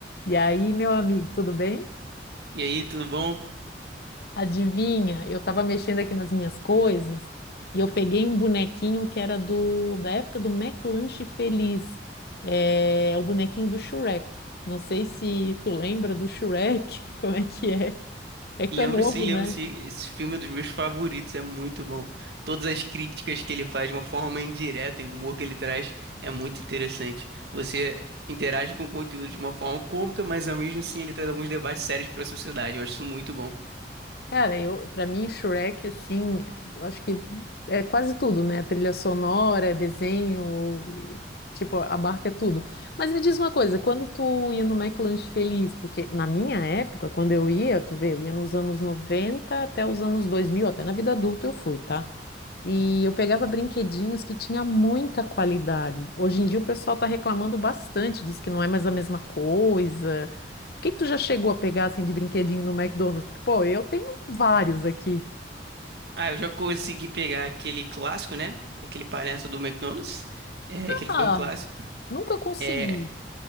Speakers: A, on the left; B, on the right.
A: E aí, meu amigo, tudo bem?
B: E aí, tudo bom?
A: Adivinha, eu tava mexendo aqui nas minhas coisas e eu peguei um bonequinho que era do da época do McLanche Feliz. É, é o bonequinho do Shrek. Não sei se tu lembra do Shrek, <laughs> como é que é? É que
B: Lembro
A: tu é novo,
B: sim,
A: né?
B: lembro sim. Esse filme é dos meus favoritos, é muito bom. Todas as críticas que ele faz de uma forma indireta e o humor que ele traz é muito interessante. Você interage com o conteúdo de uma forma cômica, mas ao mesmo assim ele traz alguns debates sérios para a sociedade. Eu acho isso muito bom.
A: Cara, eu, para mim, Shrek, assim, eu acho que é quase tudo, né? Trilha sonora, é desenho, e, tipo, abarca tudo. Mas me diz uma coisa, quando tu ia no McLanche Feliz, porque na minha época, quando eu ia, tu vê, eu ia nos anos 90 até os anos dois mil até na vida adulta eu fui, tá? E eu pegava brinquedinhos que tinha muita qualidade. Hoje em dia o pessoal está reclamando bastante, diz que não é mais a mesma coisa. O que que tu já chegou a pegar assim de brinquedinho no McDonald's? Porque, pô, eu tenho vários aqui.
B: Ah, eu já consegui pegar aquele clássico, né? Aquele palhaço do McDonald's, é, que ele
A: Ah,
B: foi um clássico.
A: nunca consegui.
B: É,